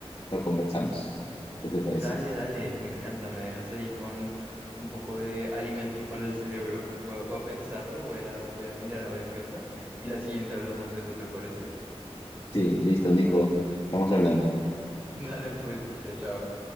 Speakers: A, on the left; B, on the right.
A: lo conversamos. ¿Qué te parece?
B: dale, dale, me encanta, me dejas ahí con un poco de alimento para el cerebro. Voy a, voy a pensarlo, voy a, voy a mirar a ver qué onda y la siguiente hablamos de eso, ¿te parece?
A: Sí, listo, Nico, estamos hablando.
B: <laughs> Dale pues, chao, chao.